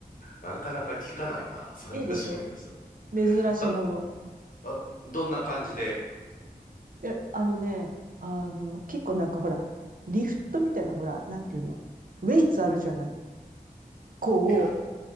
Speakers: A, on the left; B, on the right.
A: なかなか聞かないな。そんな趣味の人。
B: いいでしょ珍しいもの。
A: た、あ、どんな感じで、
B: え、あのね、あの、結構なんかほら、リフトみたいなほら、なんていうのウェイツあるじゃないこう、
A: リフ、ん